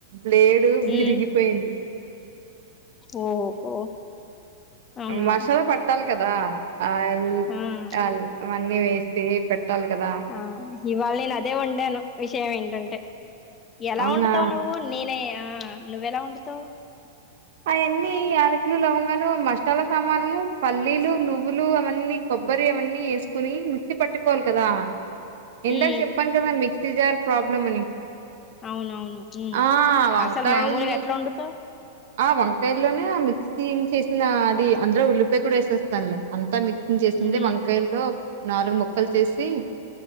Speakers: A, on the right; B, on the left.
A: బ్లేడు
B: ఉ
A: విరిగిపోయింది
B: ఓహో అవునా
A: మషాల పట్టాలి కదా అల్
B: ఆ
A: అల్ అవన్నీ వేసి పెట్ ట్టాలి కదా
B: ఆ ఇవాళ నేను అదే వండాను విషయం ఏంటంటే ఎలా
A: అవునా
B: ఉంటుదో నువ్వు నేనే ఆ నువ్వెలా వండుతావు
A: అయన్నీ యలకులు లవంగాలు మషాలా సామానము పల్లీలు నువ్వులు అవన్నీ కొబ్బరి అవన్నీ ఏసుకుని మిక్సి పట్టుకోవాలి కదా ఇందాక
B: ఉమ్
A: చెప్పాను కదా మీ సిజర్ ప్రాబ్లం అని
B: అవునవును ఉమ్
A: ఆ వంకాయల్ని
B: అసలు మామూలుగా ఎట్లొండుతావ్
A: ఆ వంకాయలోనే ఆ మిక్సీ చేసిన అది అందులో ఉల్లిపాయ కూడా వేసేస్తానులే అంత మిక్సింగ్ చేసింది
B: ఉహు
A: వంకాయిల్లో నాలుగు ముక్కలు చేసి